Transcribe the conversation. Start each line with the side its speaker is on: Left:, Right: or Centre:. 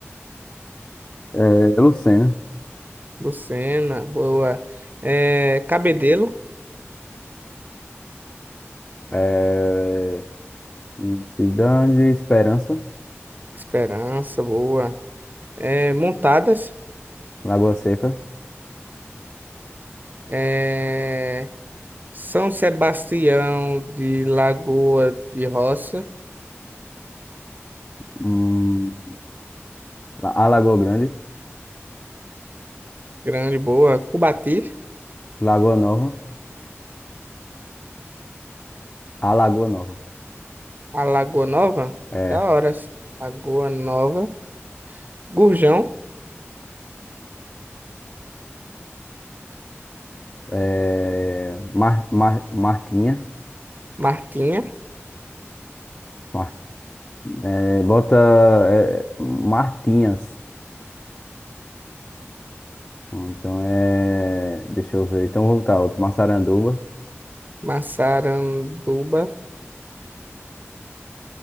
Left: É, Lucena.
Right: Lucena, boa. É, Cabedelo,
Left: É, Hum, Cidade Esperança,
Right: Esperança, boa. É, Montadas,
Left: Lagoa Seca,
Right: é, São Sebastião de Lagoa de Roça,
Left: hum, La- a Lagoa Grande,
Right: grande, boa. Cubati,
Left: Lagoa Nova, a Lagoa Nova.
Right: a Lagoa Nova,
Left: É,
Right: da hora. Lagoa Nova, Gurjão,
Left: é, Mar, Mar, Martinha,
Right: Martinha,
Left: Mar- é, bota é, Martinhas. Então é, deixa eu ver. Então vou botar outro. Massaranduba,
Right: Massaranduba,